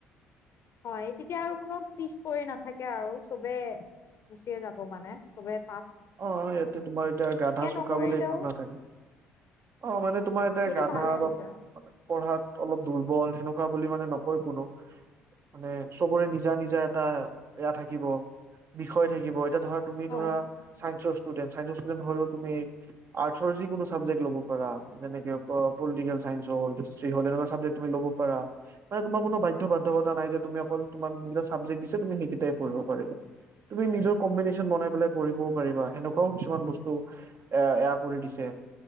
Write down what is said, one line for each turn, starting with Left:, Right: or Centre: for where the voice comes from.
Left: হয় তেতিয়া আৰু কোনো পিছ পৰি নাথাকে আৰু চ'বে গুচিয়ে যাব মানে চ'বেই।
Right: অ' ইয়াতে তোমাৰ এতিয়া গাধা চুকা
Left: নকৰিলেও
Right: বুলি একো নাথাকে। অ' মানে তোমাৰ এতিয়া
Left: সেইটো
Right: গাধা
Left: ভালে হৈছে
Right: বা পঢ়াত অলপ দুৰ্বল সেনেকুৱা বুলি মানে নকয় কোনো। মানে চ'বৰে নিজা নিজা এটা এয়া থাকিব বিষয় থাকিব এতিয়া ধৰ তুমি
Left: হয়
Right: ধৰা চাইন্সৰ ষ্টুডেন্ট চাইন্সৰ ষ্টুডেন্ট হয়ও তুমি আৰ্টছৰ যিকোনো ছাবজেক্ট ল'ব পাৰা। যেনেকে পলিটিকেল চাইন্স হ'ল হিষ্ট্ৰি হ'ল এনেকুৱা চাবজেক্ট তুমি ল'ব পাৰা। মানে তোমাৰ কোনো বাধ্য বাধ্যকতা নাই যে তুমি অকল তোমাক যোন কেইটা চাবজেক্ট দিছে তুমি সেই কেইটাই পঢ়িব পাৰিবা। তুমি নিজৰ কম্বিনেচন বনাই পেলাই পঢ়িবও পাৰিবা সেনেকুৱাও কিছুমান বস্তু এয়া এয়া কৰি দিছে।